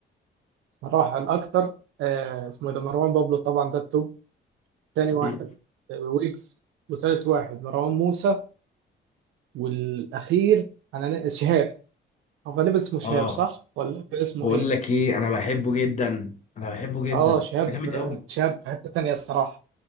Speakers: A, on the right; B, on the left.
A: صراحة الأكتر آه اسمه إيه ده مروان بابلو طبعا ده التوب تاني واحد
B: مم.
A: آه، ويجز وتالت واحد مروان موسى والأخير أنا شهاب أو غالبا اسمه شهاب
B: اه
A: صح؟ ولا كان اسمه
B: بقول
A: إيه؟
B: لك ايه انا بحبه جدا انا بحبه جدا
A: آه شهاب
B: ده جامد
A: آه،
B: قوي
A: شهاب في حتة تانية الصراحة